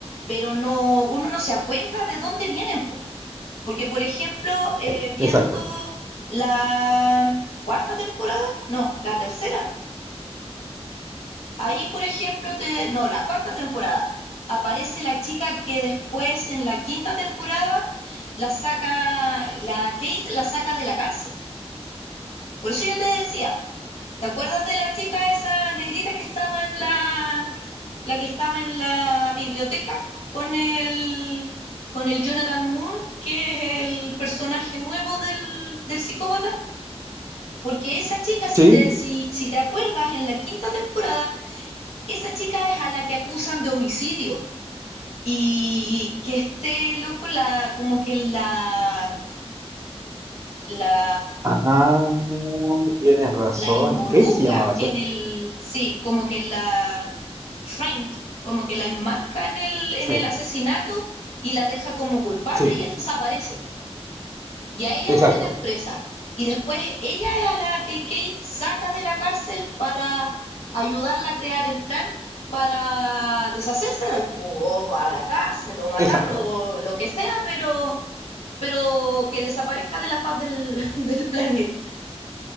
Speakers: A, on the left; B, on the right.
A: pero no uno no se acuerda de dónde vienen. Po. Porque, por ejemplo, eh, viendo
B: Exacto.
A: la cuarta temporada, no, la tercera, Ahí, por ejemplo, te, no, la cuarta temporada, aparece la chica que después en la quinta temporada la saca, la Kate la saca de la cárcel. Por eso yo te decía, ¿te acuerdas de la chica esa negrita que estaba en la, la que estaba en la biblioteca con el, con el Jonathan Moore, que es el personaje nuevo del, del psicópata? Porque esa chica, si
B: ¿Sí?
A: te, si, si te acuerdas, en la quinta temporada esa chica es a la que acusan de homicidio y que este loco la como que la la
B: Ah, tienes razón.
A: la involucra
B: Kate se llamaba,
A: en
B: ¿cierto?
A: el sí, como que la framed, como que la enmarca en el en
B: Sí,
A: el asesinato y la deja como culpable
B: sí,
A: y él desaparece. y a ella
B: exacto,
A: la meten presa. Y después ella es a la que Kate saca de la cárcel para ayudarla a crear el plan para deshacerse del o a la cárcel o matarlo
B: exacto.
A: o lo que sea, pero, pero que desaparezca de la faz del, <laughs> del planeta.